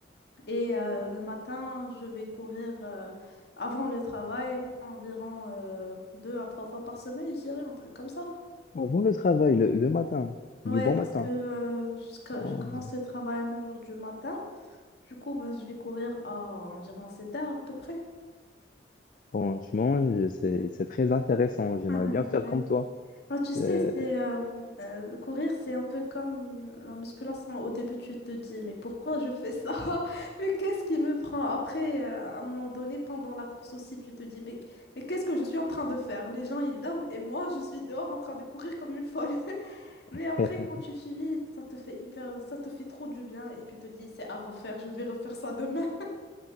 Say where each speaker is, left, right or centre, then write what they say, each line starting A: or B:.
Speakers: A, on the left; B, on the left.
A: Et euh, le matin, je vais courir euh, avant le travail environ euh, deux à trois fois par semaine, je dirais un truc comme ça.
B: Avant le travail, le, le matin,
A: Ouais,
B: du bon
A: parce
B: matin.
A: que euh, jusqu'à-
B: Oh.
A: je commence le travail à neuf heures du matin, du coup ben, je vais courir à environ sept heures à peu près.
B: Franchement, je- c'est c'est très intéressant.
A: <laughs>
B: J'aimerais
A: Ouais.
B: bien faire comme toi.
A: Ah, tu sais,
B: Euh,
A: c'est euh, euh, courir, c'est un peu comme la musculation. Au début, tu te dis, mais pourquoi je fais ça? <laughs> Mais qu'est-ce qui me prend? Après, euh, à un moment donné, pendant la course aussi, tu te dis, mais, mais qu'est-ce que je suis en train de faire? Les gens, ils dorment et moi, je suis dehors en train de courir comme une folle. <laughs> Mais
B: <laughs>
A: après, quand tu finis, ça te fait hyper, ça te fait trop du bien et tu te dis, c'est à refaire, je vais refaire ça demain.